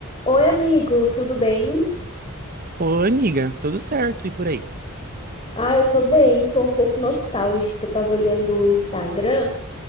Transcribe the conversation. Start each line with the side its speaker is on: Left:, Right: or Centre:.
Left: Oi, amigo, tudo bem?
Right: Oi, amiga, tudo certo e por aí?
Left: Ah, eu tô bem, tô um pouco nostálgica, que eu tava olhando o Instagram,